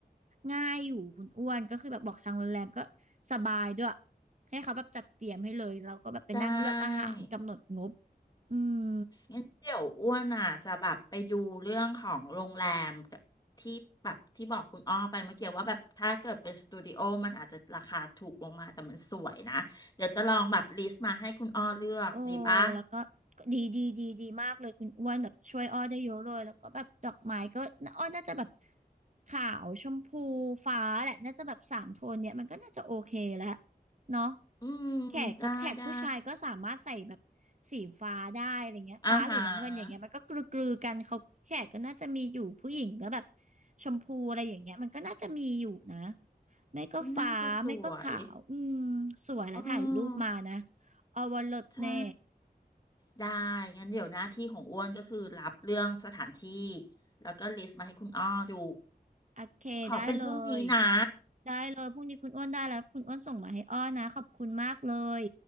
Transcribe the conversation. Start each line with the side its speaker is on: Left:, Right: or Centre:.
Right: ง่ายอยู่คุณอ้วนก็คือแบบบอกทางโรงแรมก็สบายด้วยให้เขาแบบจัดเตรียมให้เลยเราก็แบบไปนั่งเลือกอาหารกำหนดงบ
Left: ได้
Right: อืม
Left: งั้นเดี๋ยวอ้วนอ่ะจะแบบไปดูเรื่องของโรงแรมกับที่แบบที่บอกคุณอ้อไปเมื่อกี้ว่าแบบถ้าเกิดเป็นสตูดิโอมันอาจจะราคาถูกลงมาแต่มันสวยนะเดี๋ยวจะลองแบบลิสต์มาให้คุณอ้อเลือกดีปะ
Right: โอ้แล้วก็ดีดีดีดีมากเลยคุณอ้วนแบบช่วยอ้อได้เยอะเลยแล้วก็แบบดอกไม้ก็อ้อน่าจะแบบขาวชมพูฟ้าแหละน่าจะแบบสามโทนเนี่ยมันก็น่าจะโอเคแล้วเนาะ
Left: อืม
Right: แขกก็แขกผู้ชายก็สามารถใส่แบบ
Left: ได้ได้
Right: สีฟ้าได้อะไรเงี้ยฟ้าหรือน้ำเงินอย่างเงี้ยมันก็กลือๆกันเขาแขกก็น่าจะมีอยู่ผู้หญิงก็แบบ
Left: อาหาร
Right: ชมพูอะไรอย่างเงี้ยมันก็น่าจะมีอยู่นะไม่ก็ฟ้าไม่ก็ขาวอืม
Left: ก็น่าจะสวย
Right: สวยแล้วถ่ายรูปมานะ
Left: อ๋อ
Right: อวรสแน่
Left: ใช่ ได้ งั้นเดี๋ยวหน้าที่ของอ้วนก็คือรับเรื่องสถานที่ แล้วก็ลิสต์มาให้คุณอ้อดู
Right: โอเคได้เลย
Left: ขอเป็นพรุ่งนี้นะ
Right: ได้เลยพรุ่งนี้คุณอ้วนได้แล้วคุณอ้วนส่งมาให้อ้อนะขอบคุณมากเลย